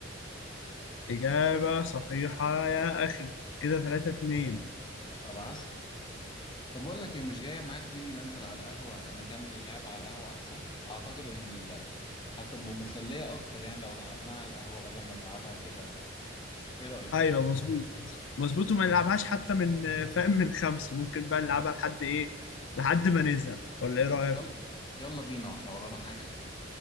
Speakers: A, on the left (about 80°); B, on the left (about 25°).
A: اجابه صحيحه يا اخي كده 3 2
B: طب عسل طب أقول لك إيه مش جاية معاك تيجي ننزل على القهوة نكمل اللعبة على القهوة أحسن أعتقد إن ال- هتبقى مسلية أكتر يعني لو لعبناها على القهوة بدل ما نلعبها كده إيه رأيك؟
A: ايوه مظبوط مظبوط وما نلعبهاش حتى من فاهم من خمسة ممكن بقى نلعبها لحد ايه لحد ما نزهق ولا ايه رأيك
B: يلا يلا بينا وإحنا ورانا حاجة